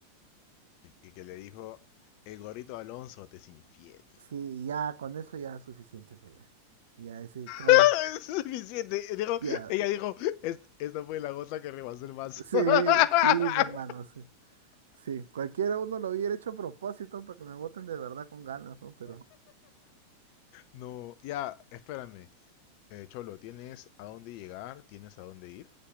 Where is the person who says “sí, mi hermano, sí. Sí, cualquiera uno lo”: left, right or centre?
Right